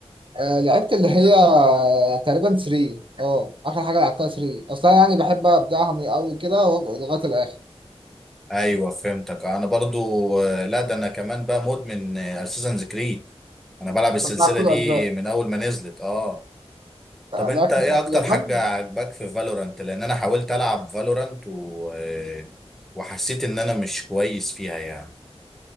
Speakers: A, on the right; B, in the centre.
A: آه، لعبت اللي هي آه، تقريبا 3 اه آخر حاجة لعبتها 3 أصلا يعني بحب أبدأها من الأول كده و- لغاية الآخر
B: ايوه فهمتك انا برضو آه، لا ده انا كمان بقى مدمن اساسنز كريد انا بلعب
A: لعبت
B: السلسله
A: بتاع كل
B: دي
A: أجزاء
B: من اول ما نزلت اه طب انت
A: لعبت
B: ايه
A: بتاعت
B: اكتر
A: اليابان
B: حاجه عجباك في فالورانت لان انا حاولت العب فالورانت و... آه، وحسيت ان انا مش كويس فيها يعني